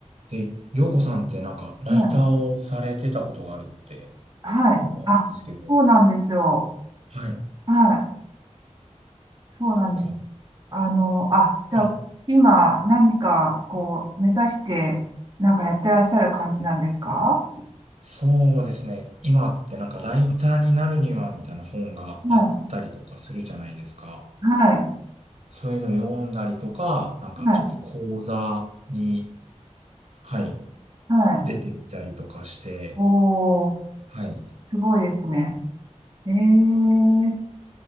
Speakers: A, on the right; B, on the right.
A: で、洋子さんってなんかライターをされてたことがあるって
B: ねはい。
A: 伺うんですけど、
B: あ、そうなんですよ。
A: はい。
B: はい。そうなんです。
A: こう、
B: あの、あ、じゃあ、
A: はい。
B: 今何かこう、目指して、なんかやってらっしゃる感じなんですか
A: そうですね。今ってなんかライターになるにはみたいな本があったりとかするじゃないですか。
B: はい。はい。
A: そういうの読んだりとか、なんかちょっと講座に、
B: はい。
A: はい、
B: はい。
A: 出てみたりとかして、
B: おー、
A: はい。
B: すごいですね。えー。